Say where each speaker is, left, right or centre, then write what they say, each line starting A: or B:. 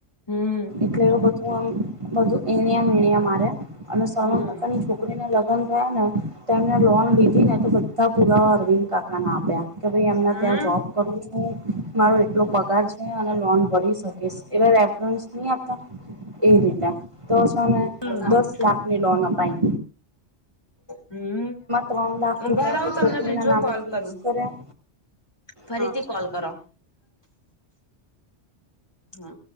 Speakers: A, on the left (about 20°); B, on the right (about 25°).
A: હમ
B: એટલે એવું બધું આમ બધું. એણિયા મણિયા માર્યા અને સરવંગ
A: હમ
B: કાકાની છોકરીને લગ ને તો એમને લોન લીધી ને તો બધા પુરા અરવિંદ કાકા ના આપ્યા કે ભાઈ એમને
A: હમ
B: ત્યાં <unintelligible> કર્યું છે એટલું પગાર છે, અને લોન ભરી શકે એ રેફરસ નહી આપતા એ રીતે. તો છને
A: હમ
B: દસ લાખની લોન આપાઈ
A: હમ્મ
B: ત્રણ લાખ રૂપિયા
A: ભલે હું
B: તો
A: તમને
B: છોકરીના
A: બીજો
B: નામે
A: કોલ
B: ફિક્સ
A: કરું.
B: કર્યા
A: ફરીથી
B: હા ચાલો
A: કોલ કરો. હમ્મ